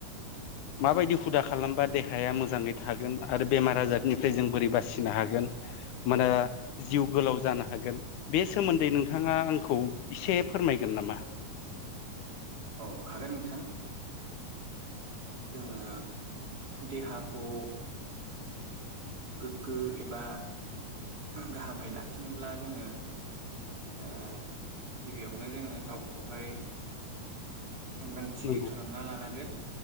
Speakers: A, on the left (about 75°); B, on the right (about 30°).
A: माबायदि हुदा खालामबा देहाया मोजाङै थागोन आरो बेमार आजारनिफ्राय जों बोरै बासिनो हागोन। मोना जिउ गोलाव जानो हागोन बे सोमोन्दै नोंथाङा आंखौ एसे फोरमाय। नामा?
B: औ हागोन नोंथां जोङो। देहाखौ। गोग्गो एबा गाहामै लाखिनोब्ला जोङो। ओ गिबियावनो जोङो गावखौहाय। सांग्रांथि
A: नंगौ
B: खालामना लानांगोन